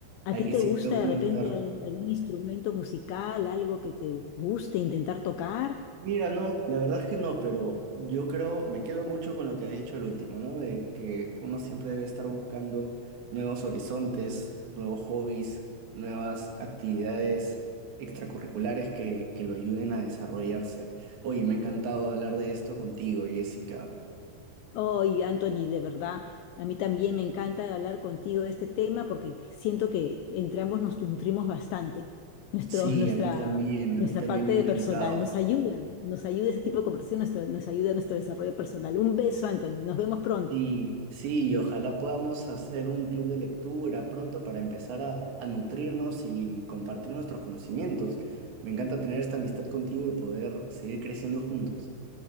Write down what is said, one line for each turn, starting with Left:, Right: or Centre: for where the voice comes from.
Right: Hay
Left: ¿A ti
Right: que
Left: te
Right: siempre
Left: gusta
Right: uno
Left: de repente
Right: estar
Left: al- algún instrumento musical, algo que te guste intentar tocar?
Right: Mira, no, la verdad es que no, pero yo creo, me quedo mucho con lo que has dicho el último, ¿no? De que uno siempre debe estar buscando nuevos horizontes, nuevos hobbies, nuevas actividades extracurriculares que, que lo ayuden a desarrollarse. Oye, me ha encantado hablar de esto contigo, Jessica.
Left: Ay, Anthony, de verdad, a mí también me encanta hablar contigo de este tema porque siento que entre ambos nos nutrimos bastante. Nuestro,
Right: Sí,
Left: nuestra,
Right: a mí también,
Left: nuestra
Right: a mí también
Left: parte
Right: me
Left: de
Right: ha encantado.
Left: personal nos ayuda, nos ayuda ese tipo de conversación, nuestra- nos ayuda a nuestro desarrollo personal. Un beso, Anthony, nos vemos pronto.
Right: Sí, sí, y ojalá podamos hacer un club de lectura pronto para empezar a, a nutrirnos y compartir nuestros conocimientos. Me encanta tener esta amistad contigo y poder seguir creciendo juntos.